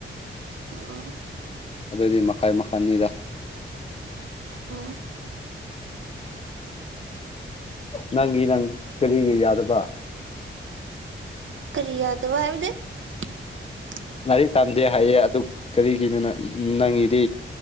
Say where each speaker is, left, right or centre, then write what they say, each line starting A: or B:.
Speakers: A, on the right; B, on the left.
A: ꯑꯣ
B: ꯑꯗꯨꯑꯣꯏꯗꯤ ꯃꯈꯥꯏ ꯃꯈꯜꯅꯤꯗ
A: ꯑꯣ
B: ꯅꯪꯒꯤ ꯅꯪ ꯀꯔꯤꯒꯤ ꯌꯥꯗꯕ
A: ꯀꯔꯤ ꯌꯥꯗꯕ ꯍꯥꯏꯕꯗꯤ꯫ <inaudible>
B: ꯥꯂꯥꯏꯔꯤꯛ ꯇꯝꯗꯦ ꯍꯥꯏꯌꯦ ꯑꯗꯨ ꯀꯔꯤꯒꯤꯅꯣ ꯅꯪ ꯅꯪꯏꯗꯤ